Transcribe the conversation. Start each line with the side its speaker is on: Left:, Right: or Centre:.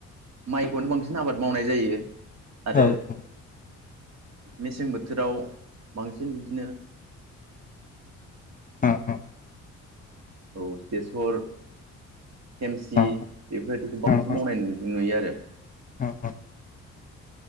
Right: माइखौनो बांसिन आबाद मावनाय जायो। आरो
Left: औ औ।
Right: मेसें बोथोराव बांसिन बिदिनो
Left: ओ ओ।
Right: औ बेसर खेमसि
Left: औ
Right: बेफोरबायदिखौ बांसिन
Left: औ
Right: मावनाय नुयो आरो।
Left: औ औ।